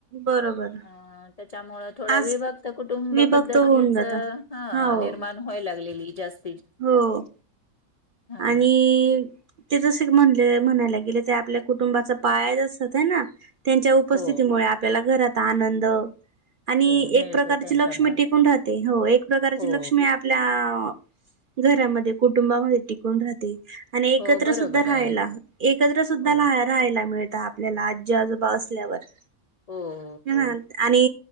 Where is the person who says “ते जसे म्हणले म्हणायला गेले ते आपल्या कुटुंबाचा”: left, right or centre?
Right